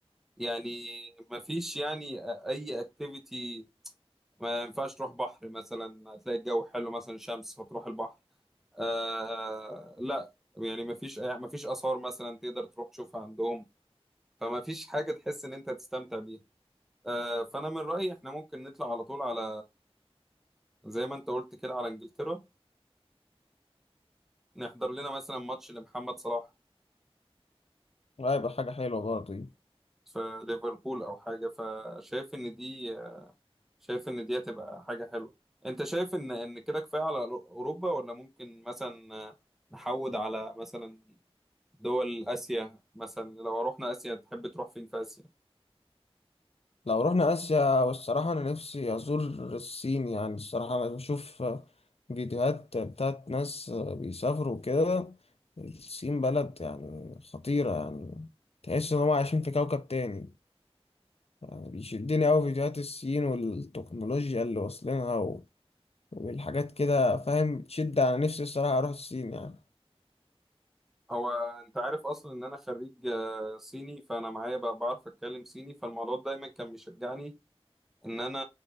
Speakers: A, in the centre; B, on the left.
A: يعني مفيش يعني اي اكتيفيتي ما ينفعش تروح بحر مثلا هتلاقي الجو حلو مثلا شمس فتروح البحر آه لا يعني ما فيش ما فيش آثار مثلا تقدر تروح تشوفها عندهم فما فيش حاجة تحس إن أنت تستمتع بيها آه فأنا من رأيي إحنا ممكن نطلع على طول على زي ما أنت قلت كده على إنجلترا نحضر لنا مثلا ماتش لمحمد صلاح
B: هيبقى حاجة حلوة برضه دي.
A: في ليفربول أو حاجة فشايف إن دي شايف إن دي هتبقى حاجة حلوة أنت شايف إن إن كده كفاية على أوروبا ولا ممكن مثلا نحود على مثلا دول آسيا مثلا لو رحنا آسيا تحب تروح فين في آسيا
B: لو رحنا آسيا والصراحة أنا نفسي أزور الصين يعني الصراحة أنا بشوف فيديوهات بتاعت ناس بيسافروا كده الصين بلد يعني خطيرة يعني تحس إن هما عايشين في كوكب تاني يعني بيشدني أوي فيديوهات الصين والتكنولوجيا اللي واصلينها والحاجات كده فاهم تشد على نفسي الصراحة أروح الصين يعني
A: هو انت عارف اصلا ان انا خريج آه، صيني فانا معايا بقى بعرف اتكلم صيني فالموضوع ده دايما كان بيشجعني ان انا